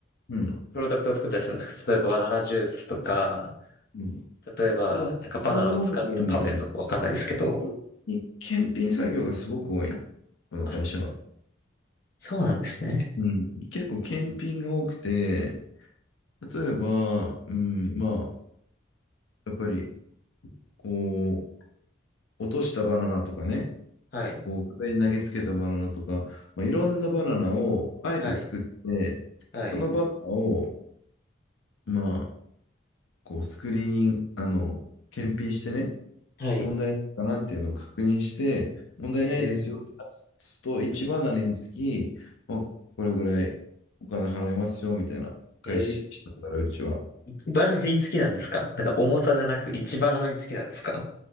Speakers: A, on the left; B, on the left.
A: うん。
B: プロダクトを作ったりするんですか例えばバナナジュースとか、
A: うん。
B: 例えばなんかバナナを使ったパフェとかわかんないですけど。
A: で、いろんなものがあるんだけど、本当に検品作業がすごく多いのこの会社は。
B: あ、そうなんですね。
A: うん、結構検品が多くて、例えば、うん、まあ、やっぱり、こう、落としたバナナとかね、
B: はい、
A: こう、壁に投げつけたバナナとか、まあ、いろんなバナナをあえて作って、
B: はい、はい、
A: そのバナナを、まあ、こう、スクリーニング、あの、検品してね、
B: はい。
A: 問題ないかなっていうのを確認して、問題ないですよって出すと、
B: えー、
A: 1バナナにつき、まあ、これぐらいお金払いますよ、みたいな、開始したから、
B: えー、
A: うちは。
B: いちバナナにつきなんですかなんか重さじゃなく1バナナにつきなんですか